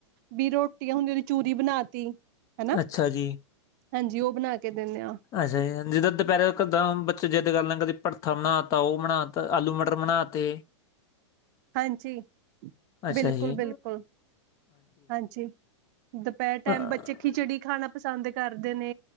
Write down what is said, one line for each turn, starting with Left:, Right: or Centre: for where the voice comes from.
Right: ਵੀ ਰੋਟੀ ਹੁੰਦੀ ਓਦੀ ਚੂਰੀ ਬਣਾ ਤੀ ਹਨਾ,
Left: ਅੱਛਾ ਜੀ।
Right: ਹਾਂਜੀ ਓ ਬਣਾ ਕੇ ਦਿੰਨੇ ਆ।
Left: ਅੱਛਾ ਜੀ, ਜਿੱਦਾਂ ਦੁਪਹਿਰੇ ਇੱਕ-ਦਮ ਬੱਚੇ ਜਿੱਦ ਕਰਨ ਲੱਗ ਪੈਂਦੇ, ਕਦੀ ਭਰਥਾ ਬਣਾ ਤਾ ਓ ਬਣਾ ਤੇ ਆਲੂ ਮਟਰ ਬਣਾ ਤੇ
Right: ਹਾਂਜੀ,
Left: ਅੱਛਾ
Right: ਬਿਲਕੁਲ
Left: ਜੀ,
Right: -ਬਿਲਕੁਲ ਹਾਂਜੀ। ਦੁਪਹਿਰ ਟਾਈਮ
Left: ਅ-
Right: ਬੱਚੇ ਖਿਚੜੀ ਖਾਣਾ ਪਸੰਦ ਕਰਦੇ ਨੇ।